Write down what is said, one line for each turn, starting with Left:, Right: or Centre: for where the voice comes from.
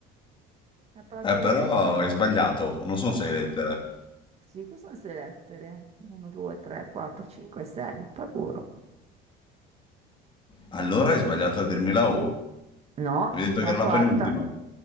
Right: È paguro.
Left: Eh, però hai sbagliato, non sono
Right: No.
Left: sei lettere.
Right: Sì, cosa sono sei lettere? 1, 2, 3, 4, 5, 6. Paguro.
Left: Allora hai sbagliato a dirmi la U.
Right: No,
Left: Mi hai detto
Right: è
Left: che
Right: la
Left: era
Right: quarta.
Left: la penultima.